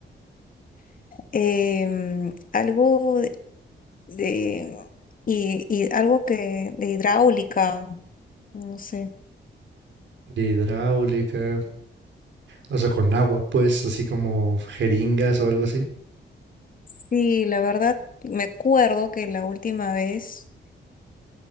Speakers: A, on the left; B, on the right.
A: Em, algo de, de- y, y algo que de hidráulica, no sé.
B: de hidráulica, o sea, con agua, pues, así como jeringas o algo así.
A: Sí, la verdad, me acuerdo que la última vez